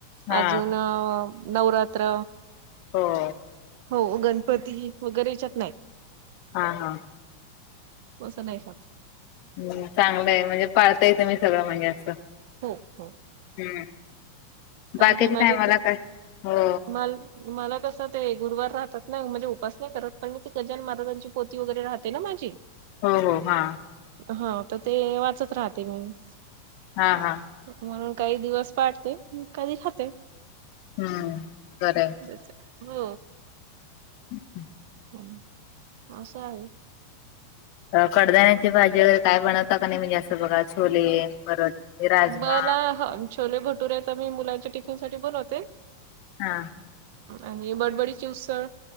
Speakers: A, on the left; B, on the right.
A: हा
B: अजून अ नवरात्र.
A: हो.
B: हो गणपती वगैरे याच्यात नाही.
A: हां हां.
B: अस नाही होत
A: हम् चांगलंय म्हणजे पाळताय तुमी सगळं म्हणजे असं
B: हो हो
A: हम्म
B: कारण
A: बाकीचे
B: की माझे
A: काय मला
B: ते
A: तर हो
B: मल मला तसं ते गुरवार राहतात ना म्हणजे उपास नाही करत पण मी ती गजान महाराजांची पो पोथी वगैरे राहते ना माझी
A: हो हा
B: हा तर ते वाचत राहते मग मी
A: हा हा
B: म्हणून काही दिवस पाळते कधी खाते.
A: हम्म बरंय
B: जायच का हो
A: <unintelligible>
B: पन असं आहे
A: कडधाण्याची भाजी वगैरे काय बनवता का नाही म्हणजे असं बघा छोले परत हे राजमा
B: मला ह छोले भटूरे मी मुलांच्या टिफिन साठी बोलवते.
A: हा
B: आणि बडबडीची उसळ